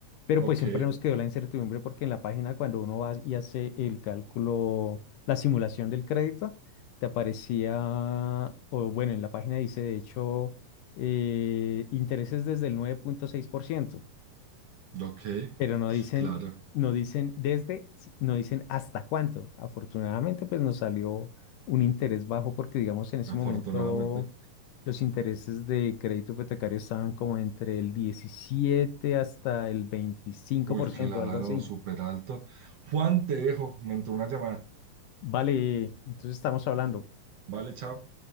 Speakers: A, on the left; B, on the right.
A: Pero
B: Ok,
A: pues siempre nos quedó la incertidumbre porque en la página cuando uno va y hace el cálculo, la simulación del crédito, te aparecía, o bueno, en la página dice, de hecho, eh, intereses desde el nueve punto seis por ciento
B: ok,
A: pero no dicen,
B: claro,
A: no dicen desde, si- no dicen hasta cuánto. Afortunadamente, pues nos salió un interés bajo porque, digamos, en ese
B: afortunadamente.
A: momento los intereses de crédito hipotecario estaban como entre el 17 hasta el veinticinco
B: Uy,
A: por ciento
B: claro,
A: algo así.
B: súper alto. Juan, te dejo, me entró una llamada.
A: Vale, entonces estamos hablando.
B: Vale, chao.